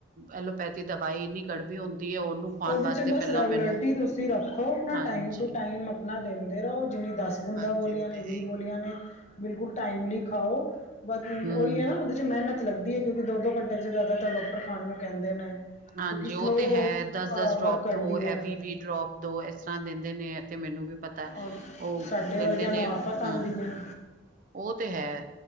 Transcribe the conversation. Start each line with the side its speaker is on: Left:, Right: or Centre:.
Right: ਐਲੋਪੈਥੀ ਦਵਾਈ ਇਨੀ ਕੜਬੀ ਹੁੰਦੀ ਹੈ ਉਹਨੂੰ ਖਵਾਉਣ
Left: ਉਹਦੇ
Right: ਵਾਸਤੇ
Left: ਚ ਬਸ
Right: ਪਹਿਲਾਂ
Left: ਰੈਗੂਲਰਿਟੀ
Right: ਮੈਨੂੰ
Left: ਤੁਸੀਂ ਰੱਖੋ ਆਪਣਾ
Right: ਹਾਂਜੀ,
Left: ਟਮ ਟੂ ਟਾਈਮ ਆਪਣਾ ਦਿੰਦੇ ਰਹੋ ਜਿੰਨੀ ਦਸ ਬੁੰਦਾਾਂ
Right: ਹਾਂਜੀ
Left: ਬੋਲੀਆਂ
Right: ਉਹ
Left: ਨੇ
Right: ਤੇ ਹੈ
Left: ਵੀਹ
Right: ਹੀ।
Left: ਬੋਲੀਆਂ ਨੇ ਬਿਲਕੁਲ ਟਾਈਮਲੀ ਖਾਓ ਬ
Right: ਹੂੰ।
Left: ਉਹੀ ਹੈ ਨਾ ਉਹਦੇ ਚ ਮਿਹਨਤ ਲੱਗਦੀ ਹੈ ਕਿਉਂਕਿ ਦੋ ਦੋ ਘੰਟੇ ਚ ਜ਼ਿਆਦਾਤਰ ਡਾਕਟਰ ਖਾਨ ਨੂੰ ਕਹਿੰਦੇ ਨੇ
Right: ਹਾਂਜੀ
Left: ਕਿਉਂਕਿ ਸਲੋ
Right: ਉਹ ਤੇ ਹੈ ਦਸ ਦਸ ਡਰੋਪ
Left: ਵਰਕ ਕਰਦੀ
Right: ਦੋ
Left: ਹੈ
Right: ਐਵ ਵੀ ਡਰੋਪ ਦੋ ਇਸ ਤਰ੍ਹਾਂ ਦਿੰਦੇ ਨੇ ਤੇ ਮੈਨੂੰ ਵੀ ਪਤਾ
Left: ਔਰ
Right: ਉਹ
Left: ਸਾਡੇ
Right: ਦਿੰਦੇ
Left: ਵਰਗਿਆਂ
Right: ਨੇ
Left: ਨੂੰ ਆਫ਼ਤ
Right: ਹਮ
Left: ਆਉਂਦੀ ਹੈ
Right: ਉਹ ਤੇ ਹੈ